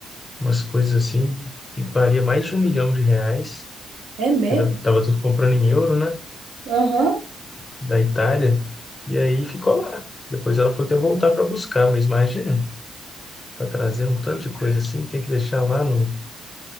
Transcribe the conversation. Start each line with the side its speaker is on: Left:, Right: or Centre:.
Left: umas coisas assim que valia mais de um milhão de reais.
Right: é mesmo?
Left: que da- Tava tudo comprando em euro, né?
Right: Aham.
Left: Da Itália. E aí ficou lá. Depois ela foi até voltar para buscar, mas imagina, tá trazendo um tanto de coisa assim, tem que deixar lá no